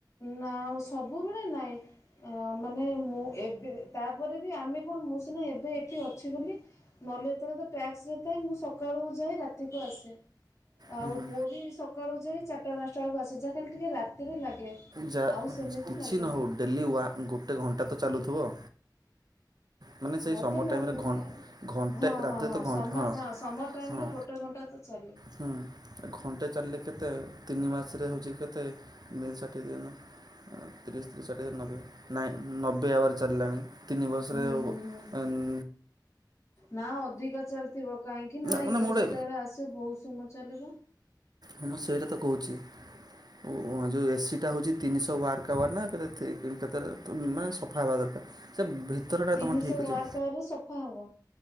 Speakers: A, on the left; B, on the right.
A: ନା ସବୁବେଳେ ନାହିଁ ଆ ମାନେ ମୁଁ ଏବେ ତାପରେ ବି ଆମେ କଣ ମୁ ସିନା ଏବେ ଏଠି ଅଛି ବୋଲି ନହେଲେ ଯେତେବେଳେ ତ ଟ୍ୟାକ୍ସରେ ଥାଏ ମୁଁ ସ କାଳୁ ଯାଇ ରାତିକୁ ଆସେ ଆଉ
B: ହୁଁ ହୁଁ।
A: ପୁଅ ବି ସକାଳୁ ଯାଇ ଚାରିଟା ପାଞ୍ଚଟା ବେଳକୁ ଆସେ ଯାହା ଖାଲି ଟିକେ ରାତିରେ ଲାଗେ।
B: ଯା
A: ଆଉ
B: କିଛି
A: ସେମିତି ଲାଗେନି
B: ନ ହେଉ ଡେଲି ୱା ଗୋଟେ ଘଣ୍ଟା ତ ଚାଲୁଥିବ। ମାନେ ସେଇ
A: ମତେ
B: ସମର
A: ଲାଗୁନି
B: ଟାଇମରେ ଘ ଘଣ୍ଟେ
A: ହଁ
B: ରାତିରେ
A: ହଁ ହଁ
B: ତ ଘଣ୍ଟ
A: ସମର ହଁ ସମର ଟାଇମ୍
B: ହଁ।
A: ରେ ଗୋଟେ ଘଣ୍ଟା ତ ଚାଲି
B: ହୁଁ ଘଣ୍ଟେ ଚାଲିଲେ କେତେ ତିନି ମାସରେ ହେଉଛି କେତେ ଦୁଇ ଷାଠିଏ ଦିନ ତିରିଶ୍ ତ୍ରି ଷାଠିଏ ନବେ ନାଇ ନବେ ଆବାର ଚାଲିଲାଣି ତିନି ବର୍ଷ
A: ହୁଁ
B: ରେଵ
A: ହୁଁ ହୁଁ
B: ଏନ୍
A: ନା ଅଧିକା ଚାଲିଥିବ କାହିଁକି ନା
B: ମାନେ
A: ଇଏ
B: ମୁଁ ଗୋଟେ
A: ଯେତେବେଳେ ଆସେ ବହୁତ ସମୟ ଚାଲିବ।
B: ହଁମୁଁ ସେଇଟା ତ କହୁଛି। ଉଁ ଉଁ ଯ ଏ ସି ଟା ହେଉଛି ତିନିଶହ ୱାର୍କାୱାର୍ ନା ତେବେ ତିନ୍ କେତେ ଉମାନେ ସଫା ହେବା ଦରକାର୍ ସେ ଭିତରଟା
A: ତିନିଶହ
B: ତମେ ଠିକ୍ ଅଛି।
A: ୱାର୍କ ଆୱାରରେ ସଫା ହବ